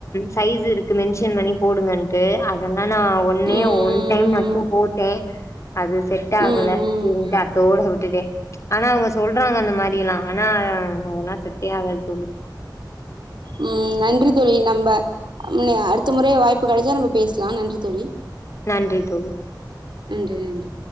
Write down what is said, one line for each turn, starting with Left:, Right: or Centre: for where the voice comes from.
Left: சைஸ் இருக்கு மென்ஷன் பண்ணி போடுங்கன்ட்டு அத ஆனா, நான் ஒன்னே
Right: ம்
Left: ஒன் டைம் மட்டும்
Right: ம்
Left: போட்டேன் அது செட் ஆகல
Right: ம் ம்
Left: சேரின்டு
Right: ம்
Left: அ அத்தோட விட்டுட்டே ஆனா அவுங்க சொல்றாங்க அந்த மாரில்லாம் ஆனா அதல்லாம் செட்டே ஆகாது தோழி
Right: ம் நன்றி தோழி நம்ம அடுத்த முற வாய்ப்பு கெடைச்சா நம்ம பேசலாம் நன்றி தோழி
Left: நன்றி தோழி
Right: நன்றி நன்றி